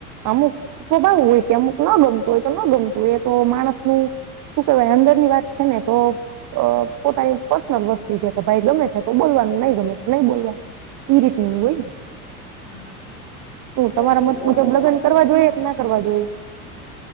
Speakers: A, on the right; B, on the left.
A: અમુક સ્વભાવ હોય કે અમુક ના ગમતું હોય તો ન ગમતું હોય એ તો માણસ નું, શું કહેવાય અંદર ની વાત છે ને તો, અ પોતાની પર્સનલ વસ્તુ છે કે ભાઈ ગમે છે તો બોલવાનું નહી ગમે તો નહી બોલવાનું. એ રીતેનું
B: હા
A: હોઈ ને.
B: હા.
A: શું
B: એટલે
A: તમારા
B: જે
A: મત
B: ઓળખતા
A: મુજબ લગ્ન
B: હોય
A: કરવા
B: આપણને
A: જોઈએ કે ના કરવા જોઈએ.